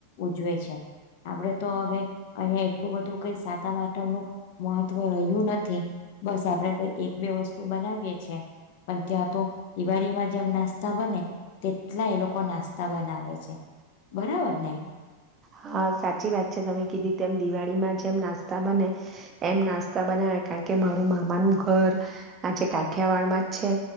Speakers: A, on the left; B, on the right.
A: ઉજવે છે આપડે તો હવે અહીયાં એટલું બધું કઈ સાતમ આઠમ નું મહત્વ રહ્યું નથી બસ આપડે કઈ એક બે વસ્તુ બનાવીએ છે પણ ત્યાં તો દિવાળીમાં જેમ ના નાસ્તા બને તેટલા એ લોકો નાસ્તા બનાવે છે બરાબર ને
B: હા સાચી વાત છે તમે કીધી તેમ દિવાળીમાં જેમ નાસ્તા બને એમ નાસ્તા બનાવે, કારણ કે મારું મામાનું ઘર આજે કાઠિયાવાડમાં જ છે.